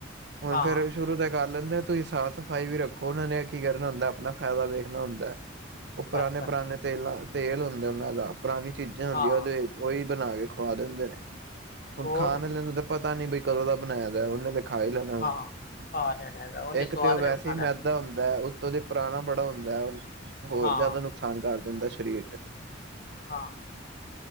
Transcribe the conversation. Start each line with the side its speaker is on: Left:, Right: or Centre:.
Right: ਹੁਣ
Left: ਹਾਂ
Right: ਫਿਰ ਸ਼ੁਰੂ ਤੇ ਕਰ ਲੈਂਦੇ। ਤੁਸੀਂ ਸਾਫ਼ ਸਫ਼ਾਈ ਵੀ ਰੱਖੋ, ਉਹਨਾਂ ਨੇ ਕੀ ਕਰਨਾ ਹੁੰਦਾ ਆਪਣਾ ਫਾਇਦਾ ਵੇਖਣਾ ਹੁੰਦਾ ਹੈ ਉਹ ਪੁਰਾਣੇ
Left: ਬਸ ਬਸ
Right: ਪੁਰਾਣੇ ਤੇਲਾਂ ਤੇਲ ਹੁੰਦਾ ਉਹਨਾਂ ਦਾ, ਪੁਰਾਣੀ ਚੀਜ਼ਾਂ ਹੁੰਦੀਆਂ
Left: ਹਾਂ
Right: ਉਹਦੇ ਉਹੀ ਬਣਾ ਕੇ ਖਵਾ ਦਿੰਦੇ ਨੇ ਹੁਣ
Left: ਹੋਰ
Right: ਖਾਣ ਆਲੇ ਨੂੰ ਤਾਂ ਪਤਾ ਨੀ ਬਈ, ਕਦੋਂ ਦਾ ਬਣਾਇਆ ਦਾ ਉਹਨੇ ਖਾ ਹੀ ਲੈਣਾ ਹੁਣ,
Left: ਹਾਂ ਖਾ ਲੈਣਾ ਹੈਗਾ ਉਹਨੇ
Right: ਇੱਕ
Left: ਸਵਾਦ
Right: ਤੇ ਉਹ ਵੈਸੇ
Left: ਨਾਲ ਖਾਣਾ
Right: ਹੀ ਮੈਦਾ ਹੁੰਦਾ ਹੈ ਉੱਤੋਂ ਦੇ ਪੁਰਾਣਾ ਬੜਾ ਹੁੰਦਾ ਹੈ, ਹੋਰ
Left: ਹਾਂ
Right: ਜ਼ਿਆਦਾ ਨੁਕਸਾਨ ਕਰ ਜਾਂ ਹੁੰਦਾ ਸਰੀਰ ਚ'
Left: ਹਾਂ-